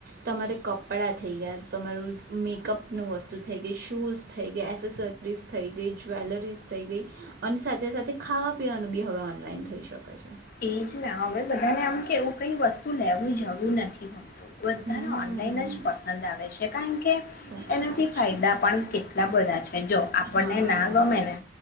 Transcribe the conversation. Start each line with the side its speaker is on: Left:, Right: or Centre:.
Right: તમારે કપડાં થઈ ગયા, તમારું મેકઅપનું વસ્તુ થઈ ગઈ, શૂઝ થઈ ગયા, એસેસરીઝ થઈ ગઈ, જ્વેલરીઝ થઈ ગઈ, અને સાથે સાથે ખાવા પીવાનું બી હવે ઓનલાઈન થઈ શકે છે.
Left: એજ ના હવે બધાને આમ કે એવું કઈ વસ્તુ લેવું જવું નથી હ બધાને
Right: હમ
Left: ઓનલાઈન જ પસંદ આવે છે. કારણ કે
Right: સાચી
Left: એનાથી
Right: વાત
Left: ફાયદા
Right: છે
Left: પણ કેટલા બધા છે. જો આપણને
Right: હા
Left: ના ગમે ને